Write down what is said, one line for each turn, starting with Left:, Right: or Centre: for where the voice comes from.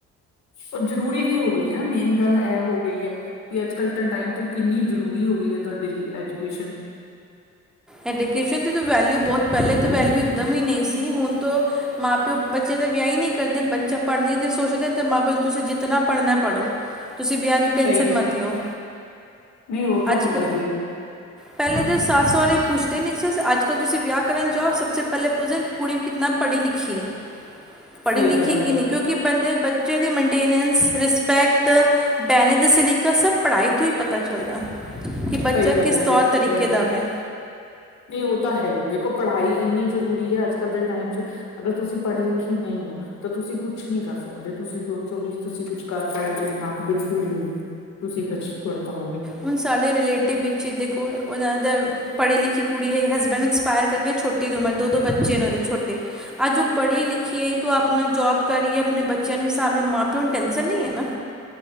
Left: ਉਹ ਜ਼ਰੂਰੀ ਵੀ ਹੋ ਗਈ ਏ। ਮੇਨ ਗੱਲ ਇਹ ਹੋ ਗਈ ਏ। ਕਿ ਅੱਜ-ਕੱਲ੍ਹ ਤਾਂ ਟਾਈਮ ਤਾਂ ਕਿੰਨੀ ਜ਼ਰੂਰੀ ਹੋ ਗਈ ਏ। ਤੁਹਾਡੇ ਲਈ ਐਜੂਕੇਸ਼ਨ।
Centre: ਐਜੂਕੇਸ਼ਨ ਦੀ ਵੈਲਿਊ ਬਹੁਤ ਪਹਿਲੇ ਤਾਂ ਵੈਲਿਊ ਇਕਦਮ ਹੀ ਨਹੀਂ ਸੀ ਹੁਣ ਤੋਂ ਮਾਂ-ਪਿਓ ਬੱਚੇ ਦੇ ਵਿਆਹ ਹੀ ਨਹੀਂ ਕਰਦੇ। ਬੱਚਾ ਪੜ੍ਹਨ ਦੇ ਸੋਚਦੇ ਤਾਂ ਮਾਂ-ਪਿਓ ਤੁਸੀਂ ਜਿਤਨਾ ਪੜਨਾ ਪੜ੍ਹੋ। ਤੁਸੀਂ ਵਿਆਹ ਦੀ
Left: ਸਹੀ
Centre: ਟੈੈਂਸ਼ਨ
Left: ਗੱਲ
Centre: ਮਤ ਲਓ।
Left: ਨਹੀਂ ਉਹ ਤਾਂ
Centre: ਅੱਜ
Left: ਹੋ ਹੀ
Centre: ਕ
Left: ਗਿਆ
Centre: ਪਹਿਲੇ ਤਾਂ ਸੱਸ ਸੌਹਰੇ ਪੁੱਛਦੇ ਨਹੀਂ। ਇਸ ਅੱਜ-ਕੱਲ੍ਹ ਤੁਸੀਂ ਵਿਆਹ ਕਰਨ ਜਾਓ ਸਭ ਤੋਂ ਪਹਿਲੇ ਪੁੱਛਦੇ ਕੁੜੀ ਕਿਨਾ ਪੜ੍ਹੀ ਲਿਖੀ ਏ? ਪੜ੍ਹੀ
Left: ਸਹੀ
Centre: ਲਿਖੀ
Left: ਗੱਲ ਹੈ
Centre: ਕੀ
Left: ਤੁਹਾਡੀ
Centre: ਨਹੀਂ। ਕਿਉਂਕਿ ਬੰਦੇ ਬੱਚਿਆਂ ਦੀ ਮੇਨਟੇਨੈਂਸ ਰਿਸ ਸਪੈਕਟ ਬਹਿਣਾ ਦਾ ਸਲੀਕਾ ਸਭ ਪੜ੍ਹਾਈ ਤੋਂ ਹੀ ਪਤਾ ਚੱਲਦਾ। ਕਿ ਬੱਚਾ
Left: ਸਹੀ
Centre: ਕਿਸ
Left: ਗੱਲ ਹੈ ਬਿਲਕੁਲ
Centre: ਤੌਰ-ਤਰੀਕੇ
Left: ਤੁਹਾਡੀ
Centre: ਦਾ ਹੋਵੇ।
Left: ਨਹੀਂ ਉਹ ਤਾਂ ਹੈਈ। ਦੇਖੋ, ਪੜ੍ਹਾਈ ਇੰਨੀ ਜ਼ਰੂਰੀ ਹੈ ਅੱਜ-ਕੱਲ੍ਹ ਦੇ ਟਾਈਮ 'ਚ' ਅਗਰ ਤੁਸੀਂ ਪੜ੍ਹੇ-ਲਿਖੇ ਨਹੀਂ ਹੋ ਤਾਂ ਤੁਸੀਂ ਕੁਛ ਨਹੀਂ ਕਰ ਸਕਦੇ ਤੁਸੀਂ ਸੋਚੋ ਵੀ ਤੁਸੀਂ ਕੁਛ ਕਰ ਪਾਓਗੇ ਨਾ। ਬਿਲਕੁਲ ਵੀ ਨਹੀਂ ਤੁਸੀਂ ਕੁਛ ਕਰ ਪਾਓਗੇ।
Centre: ਹੁਣ ਸਾਡੇ ਰਿਲੇਟਿਵ ਵਿੱਚ ਦੇਖੋ ਉਹਨਾਂ ਦਾ ਪੜ੍ਹੀ-ਲਿਖੀ ਕੁੜੀ ਹੈ। ਹਸਬੈਂਡ ਐਕਸਪਾਇਰ ਕਰਕੇ ਛੋਟੀ ਦੀ ਉਮਰ ਦੋ-ਦੋ ਬੱਚੇ ਨੇ ਉਹਨਾ ਦੇ ਛੋਟੇ। ਅੱਜ ਉਹ ਪੜ੍ਹੀ- ਲਿਖੀ ਤਾਂ ਉਹ ਆਪਣਾ ਜੋਬ ਕਰ ਰਹੀਏ ਆਪਣੇ ਬੱਚਿਆਂ ਨੂੰ ਸਾਂਭ ਰਹੀ ਏ, ਮਾਂ-ਪਿਓ ਨੂੰ ਟੈਂਨਸ਼ਨ ਨਹੀਂ ਹੈ ਨਾ।